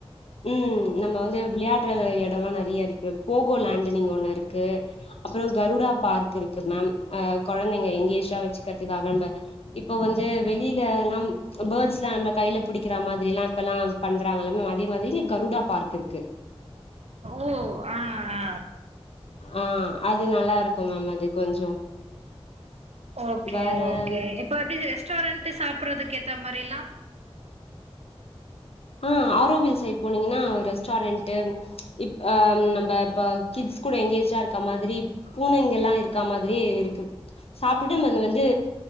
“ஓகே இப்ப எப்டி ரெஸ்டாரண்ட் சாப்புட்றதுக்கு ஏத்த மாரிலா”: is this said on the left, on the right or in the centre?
Right